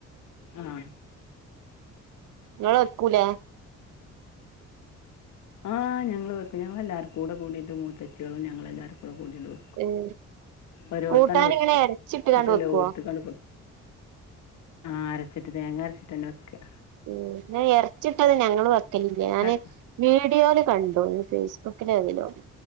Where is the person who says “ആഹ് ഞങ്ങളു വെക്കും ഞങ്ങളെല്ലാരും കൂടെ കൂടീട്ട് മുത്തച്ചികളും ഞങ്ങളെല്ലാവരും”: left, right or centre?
Left